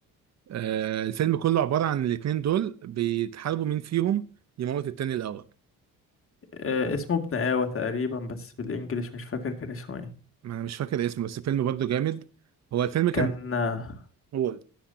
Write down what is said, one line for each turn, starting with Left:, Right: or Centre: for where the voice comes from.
Right: آه، الفيلم كله عبارة عن الاتنين دول بيتحاربوا مين فيهم يموت التاني الأول
Left: آه، اسمه ابن آوى تقريبا بس بالانجليش مش فاكر كان اسمه ايه
Right: ما أنا مش فاكر اسمه بس الفيلم برضه جامد هو الفيلم كان
Left: كان آه،
Right: هو